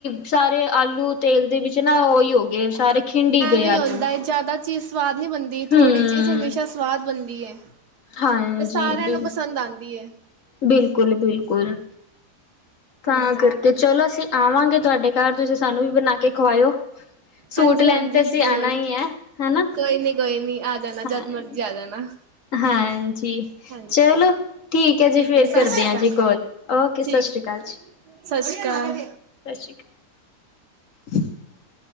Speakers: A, on the left; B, on the right.
A: ਸਾਰੇ ਆਲੂ ਤੇਲ ਦੇ ਵਿੱਚ ਨਾ ਉਹੀ ਹੋ ਗਏ ਸਾਰੇ ਖਿੰਡ ਹੀ ਗਏ
B: ਐਵੇਂ ਹੀ
A: ਆਲੂ
B: ਹੁੰਦਾ ਜਿਆਦਾ ਚੀਜ਼ ਸਵਾਦ ਵਧੀਆ ਬਣਦੀ
A: ਹੂੰ
B: ਥੋੜ੍ਹੀ ਚੀਜ਼ ਹਮੇਸ਼ਾ ਸਵਾਦ ਬਣਦੀ। ਦੀ ਹੈ।
A: ਹਾਂਜੀ
B: ਤੇ ਸਾਰਿਆਂ
A: ਬਿਲ
B: ਨੂੰ ਪਸੰਦ ਆਉਂਦੀ ਹੈ।
A: ਬਿਲਕੁਲ- ਬਿਲਕੁਲ ਤਾਂ
B: ਹਾਂਜੀ,
A: ਕਰਕੇ ਚਲੋ ਅਸੀਂ ਆਵਾਂਗੇ ਤੁਹਾਡੇ ਘਰ ਤੁਸੀਂ ਸਾਨੂੰ ਵੀ ਬਣਾ ਕੇ ਖਵਾਇਓ। ਸੂਟ
B: ਹਾਂਜੀ
A: ਲੈਣ
B: ਹਾਂਜੀ
A: ਤੇ ਅਸੀਂ
B: ਜ਼ਰੂਰ
A: ਆਣਾ ਹੀ ਹੈ ਹਨਾ
B: ਕੋਈ ਨੀ ਕੋਈ ਨੀ ਆ ਜਾਣਾ
A: ਹਾਂ
B: ਜਦ ਮਰਜੀ ਆ ਜਾਣਾ
A: ਹਾਂਜੀ
B: ਹਾਂਜੀ,
A: ਚਲੋ ਠੀਕ ਹੈ ਜੀ ਫੇਰ
B: ਏ ਸਤਿ
A: ਕਰਦੇ
B: ਸ਼੍ਰੀ
A: ਆ
B: ਅਕਾਲ
A: ਜੀ ਕੋਲ ਓਕੇ ਸਤਿ
B: ਠੀਕ
A: ਸ਼੍ਰੀ
B: ਏ
A: ਅਕਾਲ ਜੀ, ਸਤਿ
B: ਸ਼੍ਰੀ ਅਕਾਲ।
A: ਸ਼੍ਰੀ ਅਕਾਲ ਹਮ। <inaudible> <inaudible>